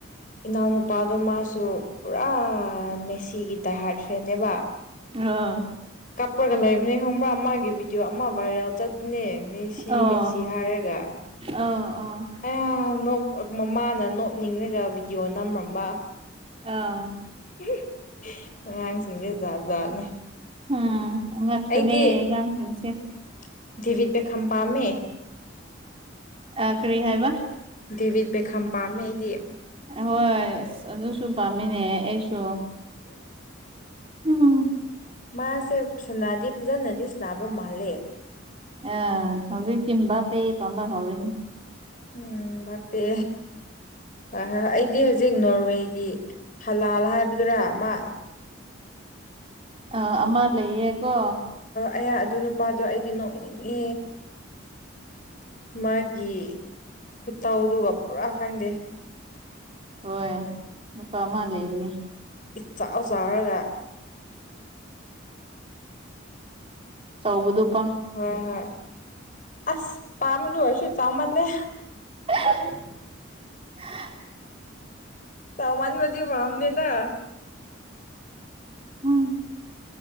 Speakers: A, on the left (about 40°); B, on the right (about 30°).
A: ꯏꯅꯥꯎꯅꯨꯄꯥꯗꯣ ꯃꯥꯁꯨ ꯄꯨꯔꯥ ꯃꯦꯁꯤꯒꯤ ꯗꯥꯏꯍꯔꯠ ꯐꯦꯟꯅꯦꯕ
B: ꯑꯥ <unintelligible>
A: <unintelligible> ꯔꯒ ꯂꯩ ꯅꯅꯦ ꯈꯪꯕ꯭ꯔꯥ ꯃꯥꯒꯤ ꯚꯤꯗꯤꯑꯣ ꯑꯃ ꯚꯥꯏꯔꯦꯜ ꯆꯠꯄꯅꯦ ꯃꯦꯁꯤ
B: ꯑꯣ
A: ꯃꯦꯁꯤ ꯍꯥꯏꯔꯒ
B: ꯑꯣ ꯑꯣ
A: ꯑꯌꯥ ꯅꯣꯛ ꯃꯃꯥꯅ ꯅꯣꯛꯅꯤꯡꯉꯒ ꯚꯤꯗꯤꯑꯣ ꯅꯝꯔꯝꯕ
B: ꯑꯥ
A: ꯎ <unintelligible> ꯑꯉꯥꯡꯁꯤꯡꯁꯦꯖꯥꯠ ꯖꯥꯠꯅꯦ
B: ꯎꯝ ꯑꯉꯛꯄꯅꯦ
A: ꯑꯩꯗꯤ
B: ꯑꯉꯥꯡꯁꯤꯡꯁꯦ
A: <unintelligible> ꯙꯤꯚꯤꯠ ꯕꯦꯈꯝ ꯄꯥꯝꯃꯦ
B: <unintelligible> ꯀꯔꯤ ꯍꯥꯏꯕ
A: ꯗꯤꯕꯤꯠ ꯕꯦꯈꯝ ꯄꯥꯝꯃꯦ ꯑꯩꯗꯤ
B: ꯍꯣꯏ ꯑꯗꯨꯁꯨ ꯄꯥꯝꯃꯤꯅꯦ ꯑꯩꯁꯨ ꯎꯝ <unintelligible>
A: ꯃꯥꯁꯦ ꯁꯅꯥꯗꯤ ꯐꯖꯅꯗꯤ ꯁꯅꯥꯕ ꯃꯥꯜꯂꯦ
B: ꯑ ꯍꯧꯖꯤꯛ ꯇꯤꯟꯕꯥ ꯄꯦ ꯄꯥꯝꯕ ꯍꯧꯔꯦꯅꯦ
A: ꯎꯝ ꯕꯥꯄꯦ ꯑꯩꯗꯤ ꯍꯧ <unintelligible> ꯍꯧꯖꯤꯛ ꯅꯣꯔꯋꯦꯒꯤ ꯍꯂꯥꯜ ꯍꯥꯏꯕꯗꯨꯔꯥ ꯃꯥ
B: ꯑ ꯑꯃ ꯂꯩꯌꯦꯀꯣ
A: ꯑꯌꯥ ꯑꯗꯨ ꯅꯨꯄꯥꯗꯣ ꯑꯩꯗꯤ ꯅꯣꯛꯅꯤꯡꯉꯦ ꯃꯥꯒꯤ ꯈꯨꯠꯇꯥꯎꯗꯨꯒ ꯄꯨꯔꯥ ꯈꯪꯗꯦ
B: ꯍꯣꯏ ꯅꯨꯄꯥꯃ ꯂꯩꯅꯤ
A: ꯆꯥꯎꯥꯛ ꯆꯥꯎꯔꯒ
B: ꯁꯧꯕꯨꯗꯨ
A: ꯍꯣꯏ ꯍꯣꯏ ꯑꯁ ꯄꯥꯃ ꯑꯣꯏꯁꯨ ꯆꯃꯜ ꯂ
B: ꯑ
A: ꯆꯃꯅ ꯃꯗꯤ ꯋꯥꯝ ꯅ ꯊ
B: ꯎꯝ